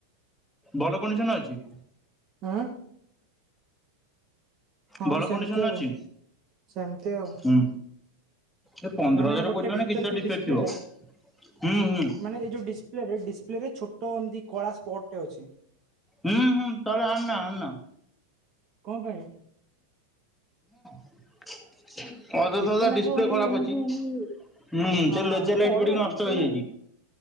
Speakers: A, in the centre; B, on the right.
A: ଭଲ କଣ୍ଡିସନ ଅଛି?
B: ହଁ ହଁ
A: ଭଲ
B: ସେମିତି
A: କଣ୍ଡିସନ
B: ଆଉ
A: ଅଛି
B: ସେମିତି ଆଉ।
A: ହୁଁ ଏ ପନ୍ଦର
B: ମାନେ
A: ହଜାର
B: ଗୋଟେ
A: କହୁଛି ମାନେ
B: ଭିତରେ
A: କିଛି ତ
B: ଯୋଉ
A: ଡିଫେକ୍ଟ
B: ଡିସପ୍ଲେ
A: ଥିବ।
B: ଟା
A: ହୁଁ ହୁଁ
B: ମାନେ ଏଇ ଯୋଉ ଡିସପ୍ଲେ ରେ ଡିସପ୍ଲେ ରେ ଛୋଟ ଏମିତି କଳା ସ୍ପଟ ଟେ ଅଛି।
A: ହୁଁ ହୁଁ ତାହାଲେ ଆଣନା ଆନା।
B: କଣ ପାଇଁ
A: <unintelligible> ଅଯଥା
B: ଟିକେ
A: <unintelligible>
B: ନାକୁ
A: ଡିସପ୍ଲେ
B: ମାନେ
A: ଖରାପ ଅଛି। ହୁଁ
B: ହଁ
A: ସେ ଲେଜର ଲାଇଟ୍
B: ଚଳିବ
A: ପଡିକି ନଷ୍ଟ
B: ଟିକେ
A: ହେଇଯାଇଛି।
B: ନା